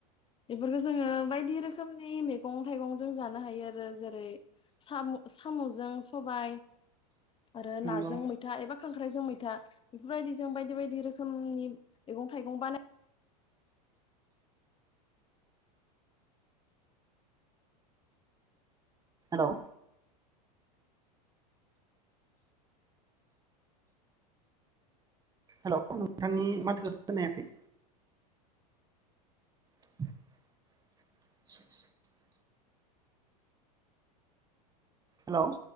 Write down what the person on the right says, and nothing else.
नंगौ
हेल' हेल' नोंथांनि माथोखौ खोनायाखै <unintelligible> हेल'